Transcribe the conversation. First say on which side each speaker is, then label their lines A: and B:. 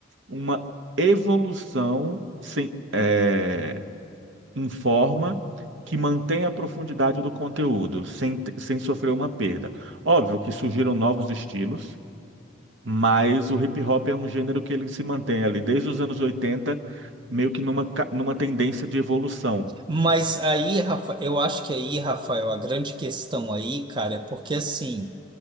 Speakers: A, on the right; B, on the right.
A: uma evolução sem, é, em forma que mantenha a profundidade do conteúdo, sem, sem sofrer uma perda. Óbvio que surgiram novos estilos, mas o hip hop é um gênero que ele se mantém ali desde os anos 80 meio que numa, ca- numa tendência de evolução.
B: Mas aí, Rafa, eu acho que aí, Rafael, a grande questão aí, cara, é porque assim.